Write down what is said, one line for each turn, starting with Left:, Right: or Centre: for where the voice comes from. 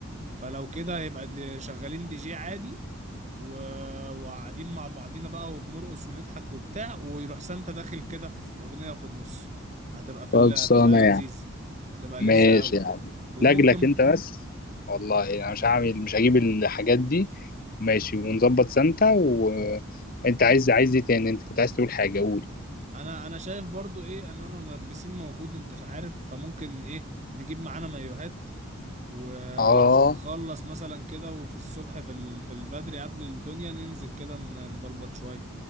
Right: فلو كده يبقى دي- شغالين دي جي عادي و... وقاعدين مع بعضينا بقى وبنرقص ونضحك وبتاع ويروح سانتا داخل كده في أغنية في النص هتبقى في
Left: خلصانة
Right: ال... هتبقى لذيذ
Left: يا عم
Right: هتبقى لذيذة
Left: ماشي
Right: قوي
Left: يا عم
Right: وممكن
Left: لجلك انت بس والله انا مش هعمل مش هجيب الحاجات دي ماشي ونظبط سانتا وانت عايز عايز ايه تاني انت كنت عايز تقول حاجة قول
Right: انا انا شايف برضو ايه ان انا ملبسين موجود انت عارف فممكن ايه نجيب معانا مايوهات و...
Left: اه
Right: ونخلص مثلا كده وفي الصبح في ال... في البدري قبل الدنيا ننزل كده ن- نبلبط شوية